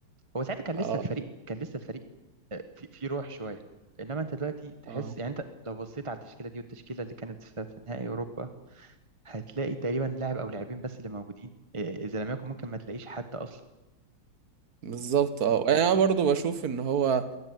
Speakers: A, on the right; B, on the right.
A: هو ساعتها كان
B: اه
A: لسه الفريق كان لسه الفريق آه، في في روح شويه انما انت دلوقتي تحس
B: اه
A: يعني انت لو بصيت على التشكيله دي والتشكيله اللي كانت في في نهائي اوروبا هتلاقي تقريبا لاعب او لاعبين بس اللي موجودين آه، اذا لم يكن ممكن ما تلاقيش حد اصلا
B: بالظبط اه يعني انا برضو بشوف ان هو